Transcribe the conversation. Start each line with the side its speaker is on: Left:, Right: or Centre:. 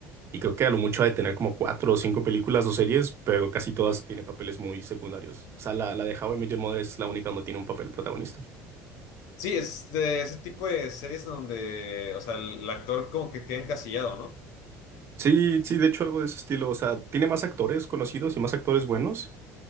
Right: y creo que a lo mucho ha de tener como cuatro o cinco películas o series, pero casi todas tiene papeles muy secundarios. O sea, la, la de How I Met Your Mother es la única donde tiene un papel protagonista.
Left: Sí, es de ese tipo de series donde, o sea, el, el actor como que queda encasillado, ¿no?
Right: Sí, sí, de hecho algo de ese estilo. O sea, tiene más actores conocidos y más actores buenos,